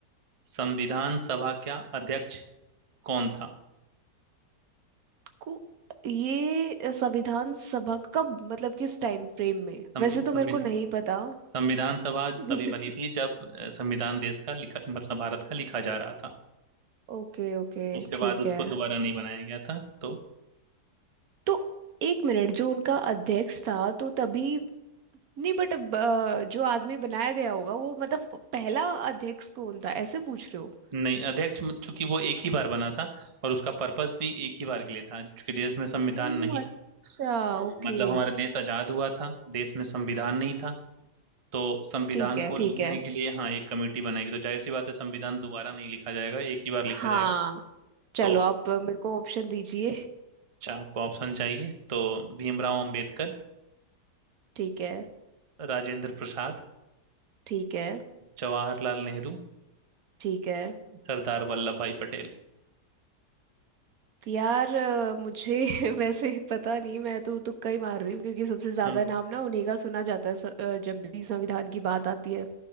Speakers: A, on the right; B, on the right.
A: संविधान सभा का अध्यक्ष कौन था
B: को ये संविधान सभा कब मतलब किस टाइम फ्रेम में
A: संवि,
B: वैसे तो
A: संवि,
B: मेरे को नहीं पता
A: संविधान सभा
B: <laughs>
A: तभी बनी थी जब अ, संविधान देश का लिखा मतलब भारत का लिखा जा रहा था
B: ओके ओके
A: उसके
B: ठीक
A: बाद उसको
B: है
A: दोबारा नहीं बनाया गया था तो
B: तो एक मिनट जो उनका अध्यक्ष था तो तभी नहीं बट अब अ, जो आदमी बनाया गया होगा वो मतलब पहला अध्यक्ष कौन था ऐसे पूछ रहे हो
A: नहीं अध्यक्ष म- चूंकि वो एक ही बार बना था और उसका पर्पस भी एक ही बार के लिए था चूंकि देश में संविधान
B: ओ
A: नहीं
B: अच्छा
A: हाँ,
B: ओके
A: मतलब हमारा देश आजाद हुआ था देश में संविधान नहीं था तो संविधान
B: ठीक है
A: को लिखने
B: ठीक है
A: के लिए हाँ एक कमेटी बनाएगी तो जाहिर सी बात है संविधान दोबारा नहीं लिखा जाएगा एक ही बार लिखा
B: हाँ
A: जाएगा
B: चलो
A: तो
B: आप अ, मेरे को ऑप्शन दीजिए
A: अच्छा आपको ऑप्शन चाहिए तो भीमराव अंबेडकर
B: ठीक है
A: राजेंद्र प्रसाद
B: ठीक है
A: जवाहरलाल नेहरू
B: ठीक है
A: सरदार वल्लभ भाई पटेल
B: तो यार अ, मुझे <laughs> वैसे पता नहीं मैं तो तुक्का ही मार रही हूँ क्योंकि सबसे ज्यादा
A: हम्म
B: नाम ना उन्हीं का सुना जाता है स- अ, जब भी संविधान की बात आती है